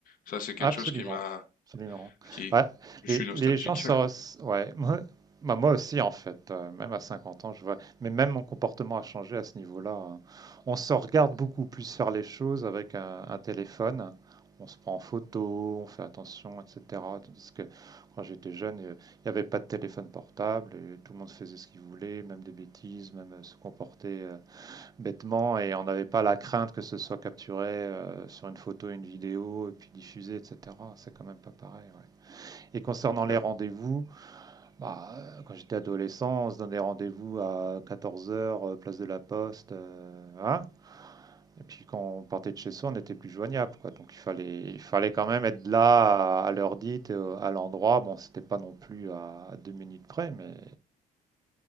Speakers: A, on the left; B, on the right.
A: Ça, c'est quelque
B: Absolument,
A: chose qui m'a,
B: absolument.
A: qui,
B: Bah,
A: je
B: les,
A: suis nostalgique.
B: les gens se... res- Ouais, <laughs> moi, bah, moi aussi, en fait, euh, même à 50 ans, je vois. Mais même mon comportement a changé à ce niveau-là. hein. On se regarde beaucoup plus faire les choses avec un, un téléphone. On se prend en photo, on fait attention, etc. Tandis que quand j'étais jeune, euh, il n'y avait pas de téléphone portable et tout le monde faisait ce qu'il voulait, même des bêtises, même euh, se comporter. euh, bêtement et on n'avait pas la crainte que ce soit capturé euh, sur une photo, une vidéo et puis diffusé, etc. C'est quand même pas pareil. ouais. Et concernant
A: Clair.
B: les rendez-vous, bah, euh, quand j'étais adolescent, on se donnait rendez-vous à 14 heures, euh, place de la Poste. euh, hein. et puis quand on partait de chez soi, on n'était plus joignable. quoi. Donc il fallait, il fallait quand même être là à, à l'heure dite, euh, à l'endroit. Bon, c'était pas non plus à deux minutes près, mais,